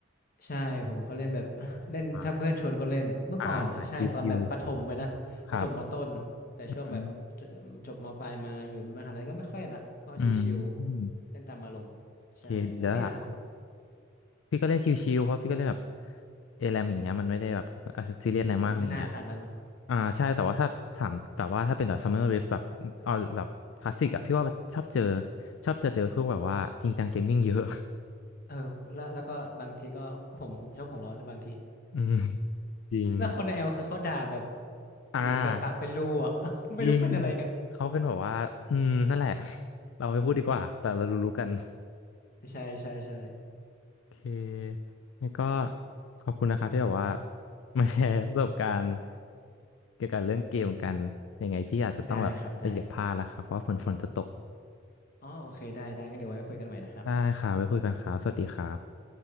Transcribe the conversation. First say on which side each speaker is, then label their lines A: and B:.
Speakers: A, on the left; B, on the left.
A: ใช่ผมเขาเล่นแบบ <laughs> เล่นถ้าเพื่อนชวนก็เล่นเมื่อก่อนอ่ะใช่ตอนแบบประถมไปนะประถมมาต้นแต่ช่วงแบบจจบมปลายมาอยู่มหาลัยก็ไม่ค่อยละก็ชิวๆเล่นตามอารมณ์ใช่แล้วพี่ล่ะครับ
B: อ่าอ่าสายชิวๆครับอืมอืมโอเคดีแล้วล่ะ พี่ก็เล่นชิวๆเพราะพี่ก็เล่นแบบเอแรมอย่างเงี้ยมันไม่ได้แบบเซีเรียสอะไรมากอะไรเงี้ย
A: ยังไม่ได้นานขนาดนั้นเนาะ
B: อ่าใช่แต่ว่าถ้าถามแบบว่าถ้าเป็นแบบ Summer Rift แบบเอาแบบคลาสสิกอะพี่ว่าชอบเจอชอบจะเจอพวกแบบว่าจริงจังเกมมิ่งเยอะ
A: เออแล้วแล้วก็บางทีก็ผมผมชอบหัวร้อนนะบางที
B: <laughs> อืมจริง
A: แล้วคนในแอลคือเขาด่าแบบ
B: อ่า
A: เหมือนแบบปากเป็นรูอ่ะ <laughs> ไม่รู้เป็นอะไรกัน
B: จริงเขาเป็นแบบว่าอืมนั่นแหละ <laughs> เราไม่พูดดีกว่าแต่เรารู้ๆกัน
A: ใช่ใช่ใช่
B: โอเคงั้นก็ขอบคุณนะครับที่แบบว่ามาแชร์ประสบการณ์ เกี่ยวกับเรื่องเกมกันยังไงพี่อาจจะต้องแบบไปเก็บผ้าแล้วครับเพราะว่าฝนฝนจะตก
A: ได้ครับได้ อ๋อโอเคได้ได้งั้นเดี๋ยวไว้คุยกันใหม่นะครับ
B: ได้ค่ะไว้คุยกันครับสวัสดีครับ